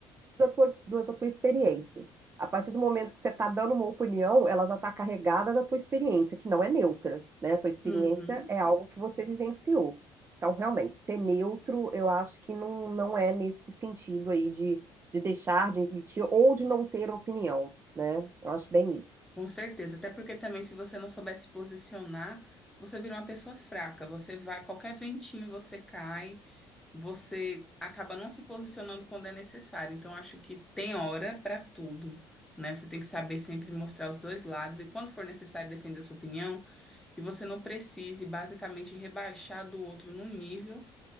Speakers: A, on the right (about 30°); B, in the centre.
A: da tua, do- da tua experiência. A partir do momento que você está dando uma opinião, ela já está carregada da tua experiência, que não é neutra, né? A tua experiência
B: uhum,
A: é algo que você vivenciou. Então, realmente, ser neutro, eu acho que não, não é nesse sentido aí de, de deixar de emitir ou de não ter opinião, né? Eu acho bem isso.
B: com certeza. Até porque também, se você não souber se posicionar, você vira uma pessoa fraca. Você vai, qualquer ventinho você cai, você acaba não se posicionando quando é necessário. Então, acho que tem hora para tudo, né? Você tem que saber sempre mostrar os dois lados e, quando for necessário defender a sua opinião, que você não precise basicamente rebaixar do outro num nível.